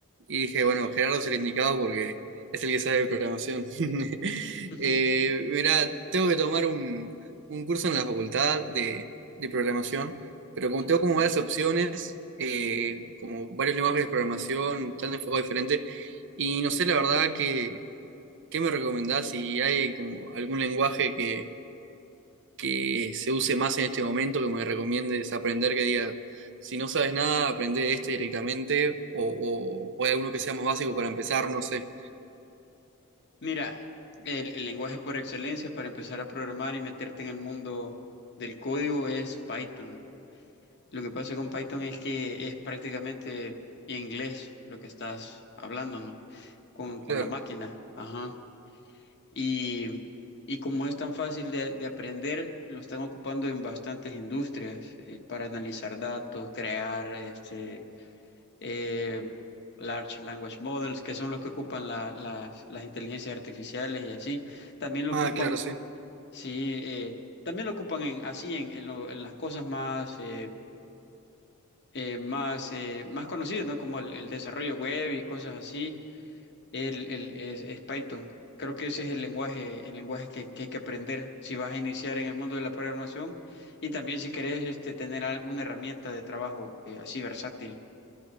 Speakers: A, on the right; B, on the left.
A: y dije, bueno, Gerardo es el indicado porque es el que sabe de programación. <laughs>
B: <laughs>
A: eh, mira, tengo que tomar un, un curso en la facultad de, de programación, pero como
B: Ujú.
A: tengo como varias opciones, eh, como varios lenguajes de programación, tan enfocados diferentes, y no sé la verdad que, qué me recomendás si hay como algún lenguaje que se use más en este momento, que me recomiendes aprender, que diga, si no sabes nada, aprende este directamente, o, o, o hay alguno que sea más básico para empezar, no sé.
B: Mira, el, el lenguaje por excelencia para empezar a programar y meterte en el mundo del código es Python. Lo que pasa con Python es que es prácticamente inglés lo que estás hablando, ¿no? Con, con
A: Claro.
B: la máquina. Ajá. Y, y como es tan fácil de, de aprender, lo están ocupando en bastantes industrias eh, para analizar datos, crear este, eh, large language models, que son los que ocupan la- las, las inteligencias artificiales y así. También lo
A: Ah,
B: ocupan,
A: claro, sí.
B: sí, eh, también lo ocupan en, así en, en lo- en las cosas más, eh, eh, más, eh, más conocidas, ¿no? Como el, el desarrollo web y cosas así. El, el- es, es Python. Creo que ese es el lenguaje, el lenguaje que, que hay que aprender si vas a iniciar en el mundo de la programación y también si querés este, tener alguna herramienta de trabajo eh, así versátil.